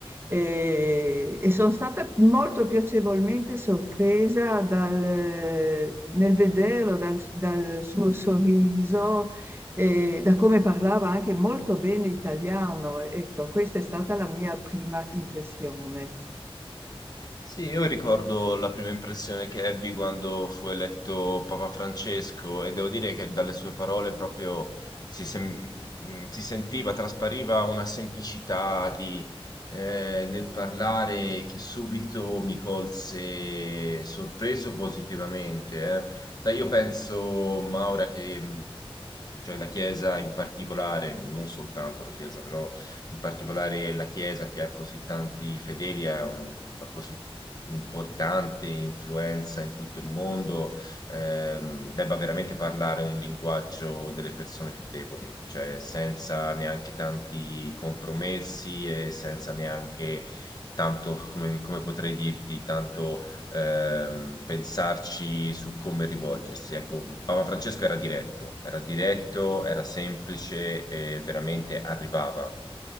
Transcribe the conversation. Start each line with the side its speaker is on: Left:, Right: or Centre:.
Right: e, e sono stata molto piacevolmente sorpresa dal- nel vederlo, dal, dal suo sorriso e da come parlava anche molto bene italiano. Ecco, questa è stata la mia prima impressione.
Left: Sì, io ricordo la prima impressione che ebbi quando fu eletto Papa Francesco e devo dire che dalle sue parole proprio si, sem- mh, si sentiva, traspariva una semplicità di, eh, nel parlare che subito mi colse sorpreso positivamente. eh. Sai, io penso, Maura, che mh, cioè la Chiesa in particolare, non soltanto la Chiesa, però in particolare la Chiesa che ha così tanti fedeli, ha un- una così importante influenza in tutto il mondo, ehm, debba veramente parlare un linguaggio delle persone più deboli, cioè senza neanche tanti compromessi e senza neanche tanto, come, come potrei dirti, tanto ehm, pensarci su come rivolgersi. Ecco, Papa Francesco era diretto, era diretto, era semplice e veramente arrivava.